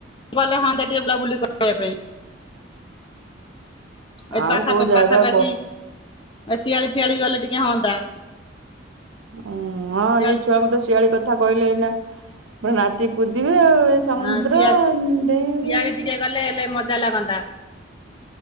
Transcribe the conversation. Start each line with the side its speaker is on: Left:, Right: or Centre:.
Left: ଗଲେ ହନ୍ତା ଟିକେ ବୁଲା ବୁଲି କରିବା ପାଇଁ। ଏଠ
Right: ଆଉ
Left: ପାଖା
Right: କୋଉ ଜାଗା
Left: ପାଖା ପାଖି
Right: କହ
Left: ଶିଆଳି ଫିଆଳି ଗଲେ। ଟିକେ ହଅନ୍ତା।
Right: ଉଁ ହଁ
Left: ଶିଆଳି
Right: ଏଇ ଛୁଆଙ୍କୁ ଶିଆଳି କଥା କହିଲେ ଏଇନା ପୁଣି ନାଚି କୁଦି ଇଏ ସମୁଦ୍ର
Left: ହଁ ଶିଆ
Right: ଦେଇ
Left: ଶିଆଳି ଟିକେ ଗଲେ ହେଲେ ମଜା ଲାଗନ୍ତା